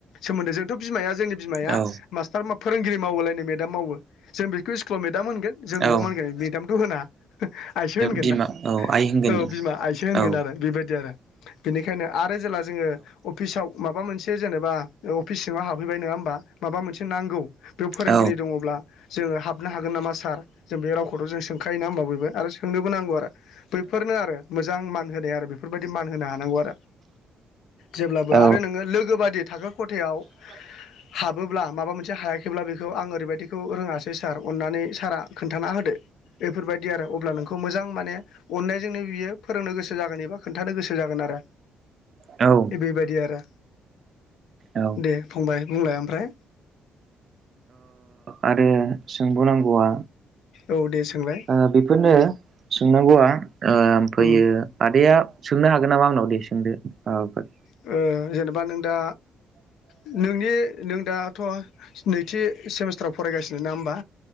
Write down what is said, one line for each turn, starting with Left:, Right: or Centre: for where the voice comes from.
Left: सोमोन्दो जोंथ बिमाया जोंनि बिमाया
Right: औ
Left: मास्टार मा फोरोंगिरि मावोलाय नो मेदाम मावो जों बेखौ स्कुलाव मेदाम ओनगोन जों नआव
Right: औ
Left: मा ओनगोन मेदामथ होना आइसो होनगोन
Right: बिमा
Left: ना
Right: औ आइ होनगोन
Left: औ
Right: दे
Left: बिमा आइसो होनगोन
Right: औ
Left: आरो बेबायदि आरो बेनिखायनो आरो जेला जोङो अफिसाव माबा मोनसे एसे जेनेबा अफिस सिङाव हाबैबाय नङा होमबा माबा मोनसे नांगौ बेयाव फोरोंगिरि
Right: औ
Left: दङब्ला जोङो हाबनो हागोन नामा सार जों बे रावखौथ जों सोंखायो ना होमबा बयबो आरो सोंनोबो नांगौ आरो बैफोरनो आरो मोजां मान होनाय आरो बेफोरबायदि मान होनो हानांगौ आरो जेब्लाबो
Right: औ
Left: आरो नोङो लोगो बादि थाखो खथायाव
Right: <unintelligible> <inaudible>
Left: हाबोब्ला माबा मोनसे हायाखैब्ला बेखौ आं ओरैबायदिखौ रोङासै सार अननानै सारा खोन्थाना होदो बेफोरबायदि आरो अब्ला नों खौ मोजां माने अननायजोंनो बियो फोरोंनो गोसो जागोन एबा खोन्थानो गोसो जागोन आरो
Right: औ
Left: बेबायदि आरो
Right: औ ओ
Left: दे फंबाय बुंलाय ओमफ्राय
Right: आरो सोंब नांगौआ
Left: औ दे सोंलाय
Right: ओ‌ बेफोरनो सोंनांगौआ ओमफैयो
Left: ओ
Right: आदाया सोंनो हागोन नामा आंनाव दे सोंदो माबाफोर
Left: ऐ जेनेबा नों दा नोंनि नों दाथ‌ नैथि सेमेस्टाराव फरायगासिनो ना होमबा